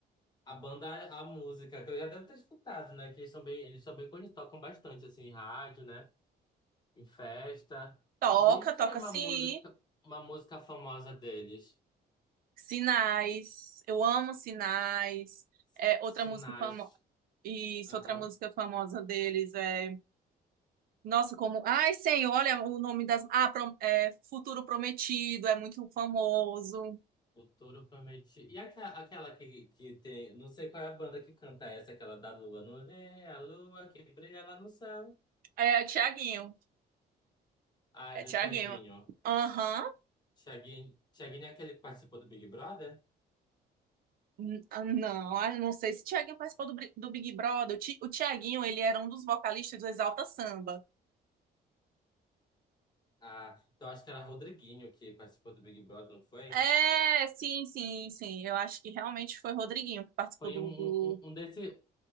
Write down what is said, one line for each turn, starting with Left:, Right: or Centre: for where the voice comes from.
Left: a banda à à música, que eu já devo ter escutado, né? Que eles são bem, eles são bem conhecidos, tocam bastante, assim, em rádio, né? Em festa.
Right: Toca,
Left: Me diz
Right: toca
Left: aí uma
Right: sim.
Left: música, uma música famosa deles.
Right: Sinais, eu amo Sinais.
Left: Si-
Right: É, outra
Left: Sinais.
Right: música famosa, isso,
Left: Aham.
Right: outra música famosa deles é, nossa, como, ai, Senhor, olha o nome das, ah, Pro- é, Futuro Prometido, é muito famoso.
Left: O touro promete. E aquela, aquela que, que tem. Não sei qual é a banda que canta essa, aquela da lua. Não é a lua que brilha lá no céu.
Right: É, o Thiaguinho.
Left: Ah, é
Right: é
Left: do
Right: Tiaguinho.
Left: Thiaguinho.
Right: Aham.
Left: Thiaguinho, Thiaguinho é aquele que participou do Big Brother?
Right: N- ah, Não, ah, não sei se o Thiaguinho participou do, Bri- do Big Brother. O Ti- o Tiaguinho, ele era um dos vocalistas do Exalta Samba.
Left: Ah, então acho que era Rodriguinho que participou do Big Brother, não foi?
Right: É, sim, sim, sim. Eu acho que realmente foi Rodriguinho que participou
Left: Foi
Right: do,
Left: um, um,
Right: do
Left: um um desse,